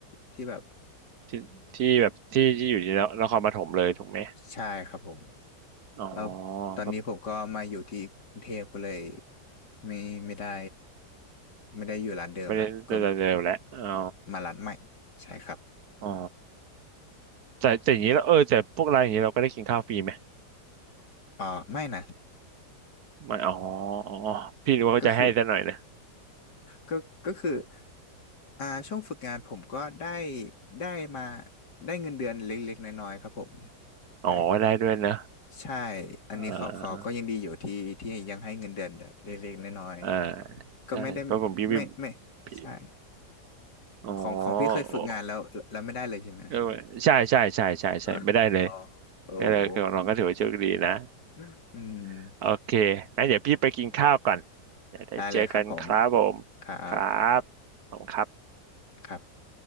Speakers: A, on the left (about 70°); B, on the right (about 65°).
A: ที่แบบ
B: ที่ที่แบบที่ที่อยู่ที่นครปฐมเลยถูกไหม
A: ใช่ครับผม
B: อ๋อ
A: แล้วตอนนี้ผมก็มาอยู่ที่กรุงเทพก็เลย
B: ก็
A: ไม่ไม่ได้ไม่ได้อยู่ร้านเดิมละก็
B: ไม่ได้เร็วๆแล้วอ๋อ
A: มาร้านใหม่ใช่ครับ
B: อ๋อแต่แต่อย่างนี้แล้วเออแต่พวกร้านอย่างนี้เราก็ได้กินข้าวฟรีไหม
A: อ่าไม่นะ
B: ไม่อ๋ออ๋อพี่นึกว่าเขาจะให้ซะหน่อยนะ
A: ก็คือ ก็ก็คืออ่าช่วงฝึกงานผมก็ได้ได้มาได้เงินเดือนเล็กๆน้อยๆครับผม
B: <laughs>
A: แต่
B: อ๋อได้ด้วยนะ
A: ใช่อันนี้เขาเขาก็ยังดีอยู่ที่ที่ยังให้เงินเดือนเล็กๆน้อย
B: เอ่าอ่า
A: ๆก็ไม่ได้
B: ใช่เพราะผมพี่วิม
A: ไม่ไม่ใช่
B: พี่อ๋อ
A: ของของพี่เคยฝึกงานแล้วแล้วไม่ได้เลยใช่ไหมครับ
B: โอ้เออใช่ใช่ใช่ใช่ใช่ไม่ได้เลย
A: อ๋อโอ้โห
B: ก็เลยก็น้องก็ถือ <laughs> ว่าโชคดีนะ
A: อืม
B: <laughs> โอเคงั้นเดี๋ยวพี่ไปกินข้าวก่อนเดี๋ยวได้เจอกันครับผม
A: ได้เลยครับผมครับ
B: ครับผมครับ
A: ครับ